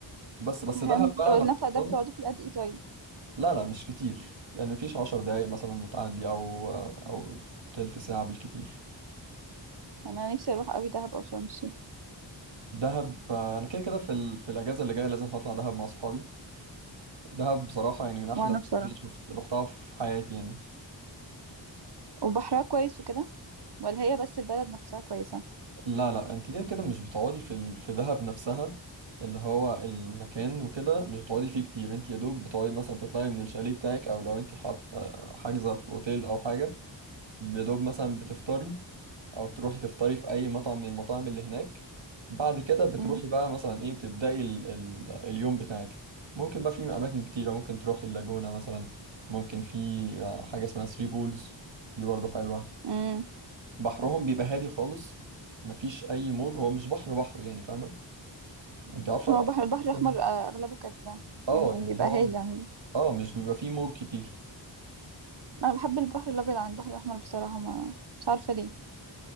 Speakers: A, on the right; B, on the right.
A: بس بس
B: فهمت
A: دهب بقى
B: هو النفق
A: لما رحتها
B: ده بتقعدوا فيه قد ايه طيب
A: لا لا مش كتير يعني مفيش عشر دقايق مثلا وتعدي او آه، او تلت ساعة بالكتير
B: انا نفسي اروح قوي دهب او شرم الشيخ
A: دهب آه، انا كده كده في ال... في الاجازه اللي جايه لازم هطلع دهب مع صحابي دهب بصراحه يعني من احلى
B: وانا
A: الاماكن
B: بصراحة
A: اللي شفت رحتها في حياتي يعني
B: وبحرها كويس وكده ولا هي بس البلد نفسها كويسة
A: لا لا انت كده كده مش بتقعدي في ال... في دهب نفسها اللي هو المكان وكده مش بتقعدي فيه كتير انت يا دوب بتقعدي مثلا تطلعي من الشاليه بتاعك او لو انت حاط آه، حاجزه في اوتيل او حاجه يا دوب مثلا بتفطري او تروحي تفطري في اي مطعم من المطاعم اللي هناك بعد كده بتروحي
B: امم
A: بقى مثلا ايه تبداي ال ال اليوم بتاعك ممكن بقى في اماكن كتيره ممكن تروحي اللاجونه مثلا ممكن في آه، حاجه اسمها ثري بولز دي برضو حلوه
B: امم
A: بحرهم بيبقى هادي خالص مفيش اي موج هو مش بحر بحر يعني فاهمه انت عارفه
B: هو بحر البحر الاحمر
A: اصلا
B: آه، اغلبه كده
A: اه
B: يعني
A: يعني
B: بيبقى
A: هو
B: هادي يعني
A: اه مش بيبقى فيه موج كتير
B: انا بحب البحر الابيض عن البحر الاحمر بصراحة ما مش عارفة ليه